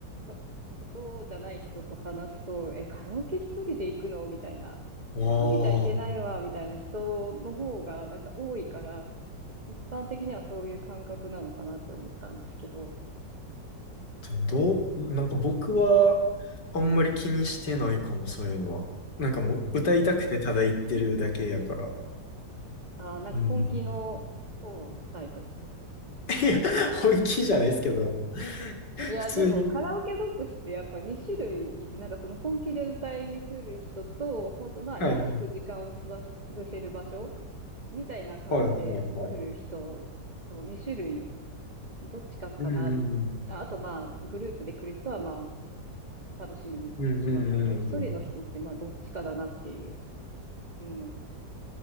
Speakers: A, on the right; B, on the left.
A: <laughs> そそうじゃない人と話すと、え、カラオケ一人で行くのみたいな。
B: うん。
A: 一人じゃ行けないわ、
B: ああ、
A: みたいな人の方が、なんか多いから、一般的にはそういう感覚なのかなって思ったんですけど。
B: でもどう、なんか僕はあんまり気にしてないかも、そういうのは。なんかもう歌いたくてただ言ってるだけやから。
A: えー、あー、なんか本気の方のタイプですね。
B: うん。いや、本気じゃないですけど。普通に。
A: いや、でもカラオケボックスってやっぱ2種類いて、なんかその本気で歌いに来る人と、本当まあ安く時間をつば、
B: はいはい。
A: 潰せる場所みたいな感じで来る人と2
B: はいはいはい。
A: 種類どっちかかなと思って。
B: うんうん。
A: ああとまあ、グループで来る人はまあ、楽しみに来ますけど、
B: うんうんうんうん。
A: 一人の人ってまあ、どっちかだなっていう。うん。